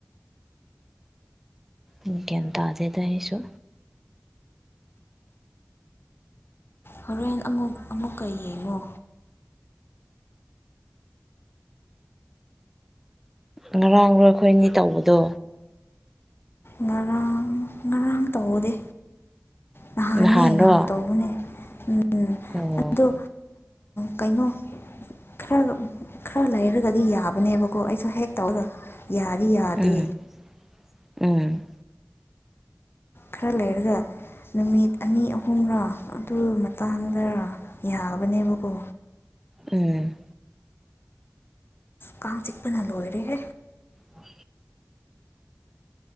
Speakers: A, in the centre; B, on the left.
A: ꯏꯪꯀꯦꯇ ꯑꯗꯨꯗꯦ ꯇꯁꯨ
B: ꯍꯣꯔꯦꯟ ꯑꯃꯨꯛ ꯑꯃꯨꯛꯀ ꯌꯦꯡꯉꯨ
A: ꯉꯔꯥꯡꯔꯣꯏ ꯑꯩꯈꯣꯏꯅꯤ ꯇꯧꯕꯗꯣ
B: ꯉꯔꯥꯡ ꯉꯔꯥꯡ ꯇꯧꯗꯦ ꯅꯍꯥꯟꯅꯦ
A: ꯚꯥꯟꯗꯣ
B: ꯅꯍꯥꯟ ꯇꯧꯕꯅꯦ ꯎꯝ
A: ꯑꯣ
B: ꯑꯗꯣ ꯀꯩꯅꯣ ꯈꯔ ꯈꯔ ꯂꯩꯔꯒꯗꯤ ꯌꯥꯕꯅꯦꯕꯀꯣ ꯑꯩꯁꯨ ꯍꯦꯛ ꯇꯧꯔꯣꯏ ꯌꯥꯔꯤ ꯌꯥꯗꯦ
A: ꯎꯝ ꯎꯝ
B: ꯈꯔ ꯂꯩꯔꯒ ꯅꯨꯃꯤꯠ ꯑꯅꯤ ꯑꯍꯨꯝꯔꯥ ꯑꯗꯨ ꯃꯇꯥꯡꯗ ꯌꯥꯕꯅꯦꯕꯀꯣ
A: ꯎꯝ
B: ꯀꯁꯤꯛꯄ ꯅꯜ ꯑꯣꯏꯦ <unintelligible>
A: ꯍ